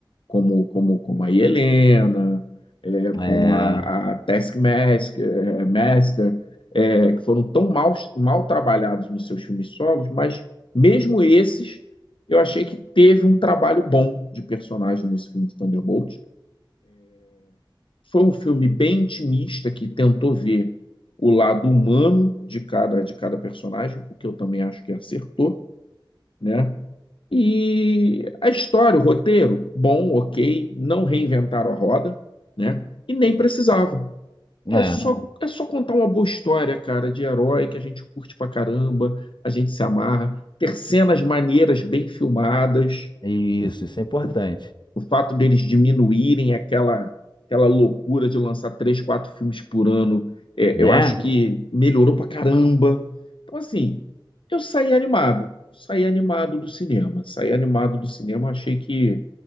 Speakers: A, on the left (about 80°); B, on the left (about 60°).
A: Como, como, como a Helena, é,
B: é,
A: como a, a Taskmaster, é, Master, é, que foram tão mal, mal trabalhados nos seus filmes solos, mas mesmo esses, eu achei que teve um trabalho bom de personagem nesse filme de Thunderbolt. Foi um filme bem intimista que tentou ver o lado humano de cada, de cada personagem, o que eu também acho que acertou, né? E a história, o roteiro, bom, ok, não reinventaram a roda, né? E nem precisavam.
B: é.
A: É só, é só contar uma boa história, cara, de herói que a gente curte pra caramba, a gente se amarra, ter cenas maneiras bem filmadas.
B: Isso,
A: O,
B: isso é importante,
A: o o fato deles diminuírem aquela, aquela loucura de lançar três, quatro filmes por ano, é,
B: né?
A: eu acho que melhorou pra caramba. Então, assim, eu saí animado, saí animado do cinema, saí animado do cinema, achei que,